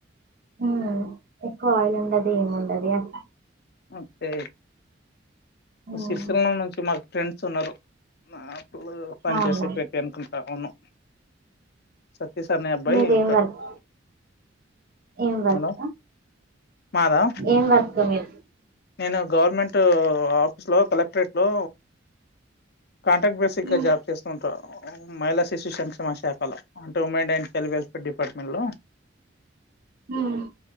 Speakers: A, on the right; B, on the left.
A: ఉమ్, ఎక్కువ ఆయిల్ ఉండది ఏమి ఉండది అంట
B: ఓకే
A: ఉమ్,
B: సిరిసిల్లం నుంచి మాకు ఫ్రెండ్స్ ఉన్నారు నాకు పనిచేసి
A: అవునా
B: పెట్టిఅనుకుంటా అవును సతీష్ అనే అబ్బాయి
A: మీరేం
B: ఉంటాడు
A: వర్క్ ఏం వర్క్
B: హలో మాదా
A: ఏం వర్క్ మీరు
B: నేను గవర్నమెంట్ ఆఫీస్ లో కలెక్టరేట్ లో కాంట్రాక్ట్ బేసిక్ గా
A: ఉమ్,
B: జాబ్ చేస్తుంటా మహిళా శిశు సంక్షేమ శాఖలో అంటే women and child welfare department లో
A: హ్మ్